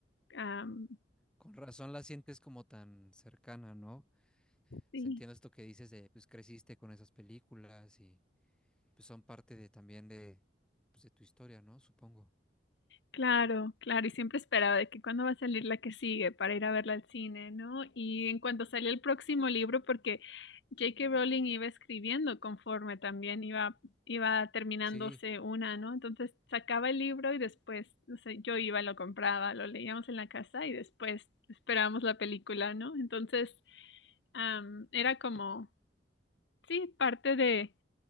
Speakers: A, on the left; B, in the centre.
A: Am,
B: Con razón la sientes como tan cercana, ¿no?
A: sí.
B: Se entiende esto que dices de, pues creciste con esas películas y pues son parte de también de, pues, de tu historia, ¿no? Supongo.
A: Claro, claro, y siempre esperaba de que cuándo va a salir la que sigue para ir a verla al cine, ¿no? Y en cuanto salió el próximo libro, porque J.K. Rowling iba escribiendo conforme también iba, iba terminándose
B: Sí,
A: una, ¿no? Entonces sacaba el libro y después, o sea, yo iba, lo compraba, lo leíamos en la casa y después esperábamos la película, ¿no? Entonces, am, era como, sí, parte de,